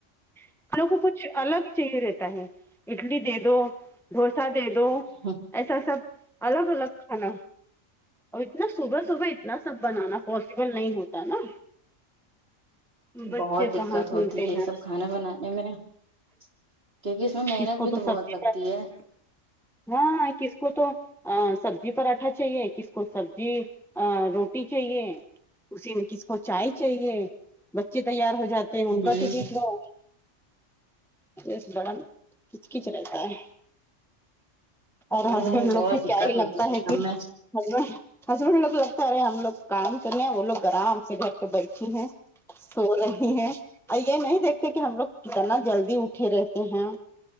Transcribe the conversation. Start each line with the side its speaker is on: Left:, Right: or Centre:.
Centre: ہم لوگ کو کچھ الگ ہی چاہیے رہتا ہے اٹلی دے دو ڈھوشا دے دو
Right: ہ
Centre: ایسا سب الگ الگ کھانا اور اتنا صبح صبح اتنا سب بنانا پاسبل نہیں ہوتا نا بچے
Right: بہت دقت
Centre: کہاں سنتے
Right: ہوتی ہے
Centre: ہیں
Right: یہ سب کھانا بنا کیونکہ اس میں محنت
Centre: کس کو
Right: بھی تو
Centre: سبزی
Right: بہت لگتی
Centre: پر
Right: ہے
Centre: ہاں کس کو تو سبزی پراٹھا چاہیے کس کو سبزی روٹی چاہیے اسی میں کس کو چائے چاہیے بچے تیار ہو جاتے ان
Right: ہ
Centre: کا ٹفن دو اس بڑا کچ کچ رہتا ہے اور
Right: ہ
Centre: ہسبینڈ لوگ
Right: بہت
Centre: کو
Right: دقت
Centre: کیا ہی
Right: ہوتی
Centre: لگتا ہے
Right: سب
Centre: کہ
Right: میں
Centre: ہسبینڈ ہسبینڈ لوگ لگتا ہے ارے ہم لوگ کام کرنے ہیں وہ لوگ آرام سے گئے بچی ہیں سو رہی ہیں یہ نہیں دیکھتے کہ ہم لوگ کتنا جلدی اٹھے رہتے ہیں